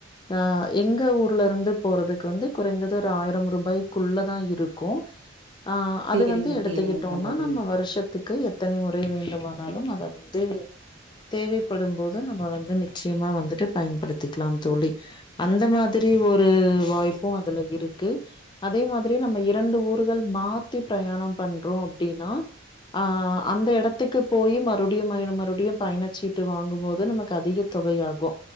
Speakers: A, on the left; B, on the right.
A: அஹ் எங்க ஊர்ல இருந்து போறதுக்கு வந்து குறைந்தது ஒரு ஆயிரம் ரூபாய்குள்ளதா இருக்கு ஆஹ் அது
B: சேரிங்க
A: வந்து எடுத்துகிட்டோம்னா
B: சேரிங்க சகோதரி
A: நம்ம வருஷத்துக்கு எத்தனை முறை வேண்டும் வானாலும் அத வந்து தேவைபடும் போது நம்ம வந் <inaudible> நிச்சயமா வந்துட்டு பயன்படுதிட் க்லாம் தோழி அந்த மாதிரி ஒரு வாய்பும் அதுல இருக்கு அதே மாதிரி நம்ம இரண்டு ஊர்கள் மாத்தி பிரயாணம் பண்றோ அப்டின்னா ஆஹ் அந்த எடத்துக்கு போயி மறுடியும் மயண மறுடியும் பயணசீட்டு வாங்கும் போது நமக்கு அதிக தொகையாகு